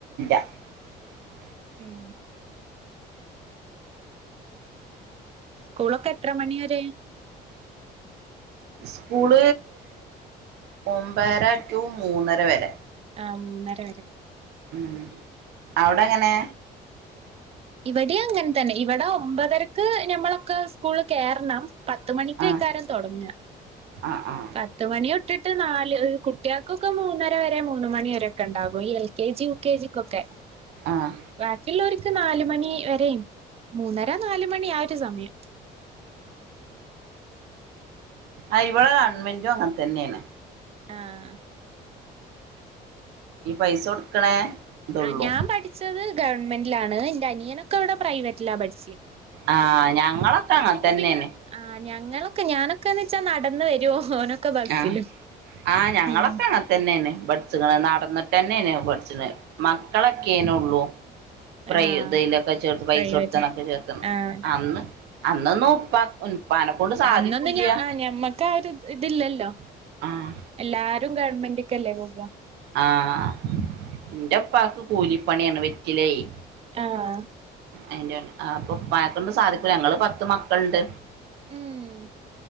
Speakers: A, on the right; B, on the right.
A: <unintelligible>
B: ഉം. സ്കൂളൊക്കെ എത്രമണി വരെ
A: സ്കൂൾ ഒമ്പതര ടു മൂന്നര വരെ
B: ആ മൂന്നര വരെ.
A: ഉം. അവിടെങ്ങനെ
B: ഇവിടെയും അങ്ങനെ തന്നെ. ഇവിടെ ഒമ്പതരക്ക് ഞമ്മളൊക്കെ സ്കൂളിൽ കേറണം പത്ത് മണിക്കേക്കാരം
A: ആഹ്
B: തുടങ്ങുക.
A: ആഹ് ആഹ്
B: പത്ത് മണി തൊ ട്ടിട്ട് നാല് കുട്ടികക്കൊക്കെ മൂന്നര വരെ മൂന്ന് മണി വരൊക്കെ ഉണ്ടാകും. ഈ L K G, U K ജിക്കൊക്കെ
A: ആഹ്
B: ബാക്കിയുളോരിക്ക് നാല് മണി വരെയും, മൂന്നര നാലുമണി ആ റ്റ് സമയം <inaudible>
A: ആ ഇവടെ ഗവൺമെന്റും അങ്ങനെ തന്നെയാണ്
B: ആഹ്
A: ഈ പൈസ കൊടുക്കണേ ഇതൊള്ളൂ
B: ആ ഞാൻ പഠിച്ചത് ഗവൺമെന്റിലാണ് എൻ്റെ അനിയനൊക്കിവിടെ പ്രൈവറ്റിലാ പഠിച്ച
A: ആഹ് ഞങ്ങളൊക്കങ്ങനത്തന്നെയാണ്
B: പിന്നെ ആ ഞങ്ങളൊക്കെ, ഞാനൊക്കെന്ന് വെച്ചാൽ നടന്ന് വരും ഓനൊക്കെ ബസ്സിലും
A: ആഹ്. ആഹ് ഞങ്ങളൊക്കെ
B: ഉം
A: അങ്ങനെത്തന്നെയാണ് <unintelligible> നടന്നിട്ട് തന്നെയാണ് <unintelligible> മക്കളൊക്കെയേനു
B: ഉം
A: ഉള്ളൂ പ്ര
B: ആഹ്
A: ഇതലൊക്കെ ചേർത്ത് പൈസ
B: പ്രൈവറ്റിൽ
A: കൊടുത്തണൊക്കെ ചേർത്തുന്നെ
B: ആഹ്
A: അന്ന് അന്നൊന്നും ഉപ്പ ഉപ്പാനെ കൊണ്ട് സാധിക്കൂല്ല
B: അന്നൊന്നും ഞ ആ ഞമ്മക്ക് ആ ഒരു ഇതില്ല ല്ലോ
A: ആഹ്
B: എല്ലാരും രും ഗവൺമെൻ്റ് ക്കല്ലേ പോകുക
A: ആഹ് എന്റെ ഉപ്പാക്ക് കൂലിപ്പണിയാണ് വെറ്റിലയെ
B: ആഹ്
A: അയിന്റെ അപ്പോ ഉപ്പായെക്കൊണ്ട് സാധിക്കൂല ഞങ്ങളെ പത്തു മക്കളുണ്ട്
B: മ്മ്